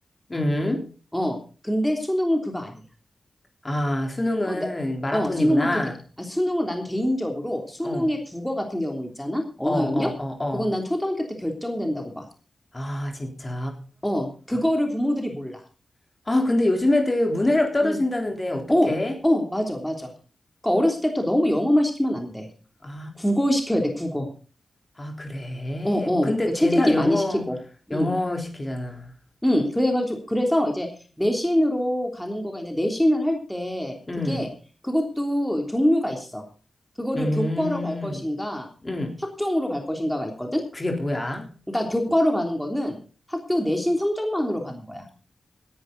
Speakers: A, on the left; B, in the centre.
A: 음.
B: 어, 근데 수능은 그거 아니야.
A: 아, 수능은
B: 어, 나-
A: 마라톤이구나.
B: 어, 수능은 그게, 아, 수능은 난 개인적으로 수능의
A: 어, 어,
B: 국어 같은 경우 있잖아? 언어
A: 어, 어,
B: 영역?
A: 어.
B: 그건 난 초등학교 때 결정된다고 봐.
A: 아, 진짜.
B: 어, 그거를
A: 아,
B: 부모들이 몰라.
A: 근데 요즘 애들 문해력 떨어진다는데
B: 응.
A: 어떡해?
B: 어, 어, 맞아, 맞아. 그러니까 어렸을 때부터 너무 영어만 시키면 안 돼.
A: 아,
B: 국어 시켜야 돼, 국어.
A: 아, 그래.
B: 어, 어.
A: 근데
B: 그러니까
A: 죄다
B: 책 읽기
A: 영어,
B: 많이 시키고.
A: 영어
B: 응,
A: 시키잖아.
B: 응. 그래가지고, 그래서 이제 내신으로 가는 거가 있는데, 내신을 할 때, 그게,
A: 음,
B: 그것도 종류가 있어. 그거를
A: 음,
B: 교과로 갈 것인가,
A: 음.
B: 학종으로 갈 것인가가 있거든?
A: 그게 뭐야?
B: 그러니까 교과로 가는 거는 학교 내신 성적만으로 가는 거야.